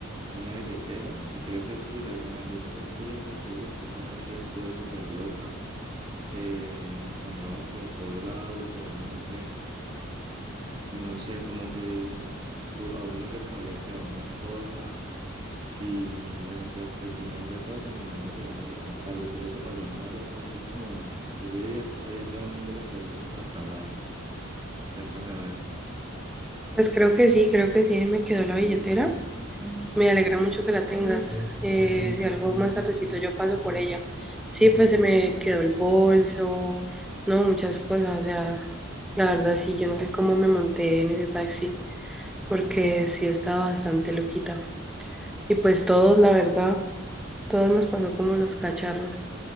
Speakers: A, on the right (about 20°); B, in the centre.
A: una billetera y creo que es tuya, o sea, me han dicho que es tuya porque, uff, esa noche estuvo súper loca. Eh, andamos por todo lado, literalmente. No sé, como que u- a uno se les había quedado una cosa, Y bueno, o sea, al final de todo terminamos llegando súper tarde. Si no te pasó nada loco, así como ese día, es que ese día todo el mundo le pasó como la cagada. Cuéntame a ver.
B: Pues creo que sí, creo que sí, ahí me quedó la billetera. Me alegra mucho que la tengas. Eh, si algo más tardecito yo paso por ella. Sí, pues se me quedó el bolso, no, muchas cosas. O sea, la verdad sí, yo no sé cómo me monté en ese taxi, porque sí estaba bastante loquita. Y pues todos, la verdad. Todos nos pasó como los cacharros,